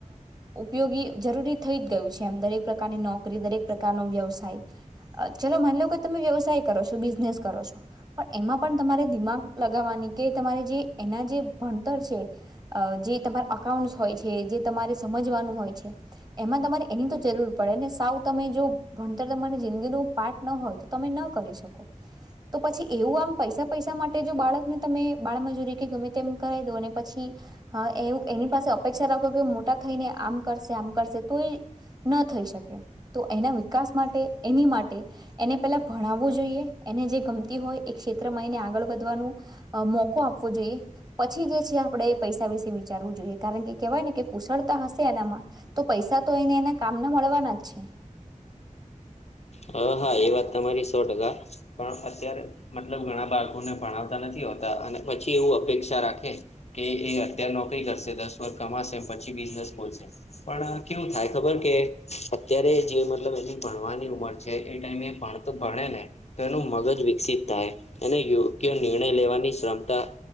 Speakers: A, on the right; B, on the left.
A: ઉપયોગી જરૂરી થઈ જ ગયું છે એમ દરેક પ્રકારની નોકરી દરેક પ્રકારનો વ્યવસાય ચલો માની લો કે તમે વ્યવસાય કરો છો બિઝનેસ કરો છો. પણ એમાં પણ તમારે દિમાગ લગાવવાની કે તમારે જે એના જે ભણતર છે. અ જે તમારા અકાઉન્ટસ હોય છે જે તમારે સમજવાનું હોય છે. એમાં તમારે એની તો જરૂર પડે ને સાવ તમે જો ભણતર તમારી જિંદગીનું પાર્ટ ન હોય તો તમે ન કરી શકો. તો પછી એવું આમ પૈસા પૈસા માટે જો બાળકને તમે બાળમજૂરી કે ગમે તેમ કરાવી દો અને પછી હા એ એની પાસે અપેક્ષા રાખો કે મોટા થઈને આમ કરશે આમ કરશે તો એ ન થઈ શકે તો એના વિકાસ માટે એની માટે એને પેલા ભણાવવું જોઈએ એને જે ગમતી હોય એ ક્ષેત્રમાં એને આગળ વધવાનું મોકો આપવો જોઈએ. પછી જે છે આપણે પૈસા વિશે વિચારવું જોઈએ કારણ કે કેહેવાય ને કે કુશળતા હશે એનામાં તો પૈસા તો એને એના કામના મળવાના જ છે.
B: હ હા એ વાત તમારી સો ટકા પણ અત્યારે મતલબ ઘણા બાળકોને ભણાવતા નથી હોતા અને પછી એવું અપેક્ષા રાખે કે એ અત્યારે નોકરી કરશે દસ વર્ષ કમાશે પછી બિઝનેસ ખોલશે. પણ કેવું થાય ખબર કે અત્યારે જે મતલબ એની ભણવાની ઉંમર જે એ ટાઈમે એ ભણતો ભણે ને. તો એનું મગજ વિકસિત થાય એને યોગ્ય નિર્ણય લેવાની ક્ષમતા